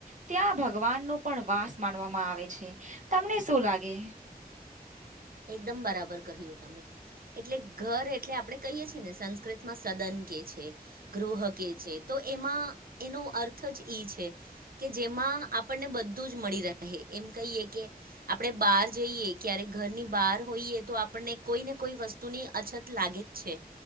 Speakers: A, on the right; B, on the right.
A: ત્યાં ભગવાન નું પણ વાસ માનવામાં આવે છે તમને શું લાગે
B: એકદમ બરાબર કહ્યું તમે. એટલે ઘર એટલે આપણે કહીએ છીએ ને સંસ્કૃત માં સદન કે છે. ગૃહ કે છે તો એમાં એનો અર્થજ ઇ છે. કે જેમાં આપણને બધું જ મળી રહે એમ કહીએ કે. આપણે બહાર જઈએ ક્યારે ઘરની. બહાર હોઈએ તો આપણને કોઈ ને કોઈ વસ્તુની અછત લાગે જ છે.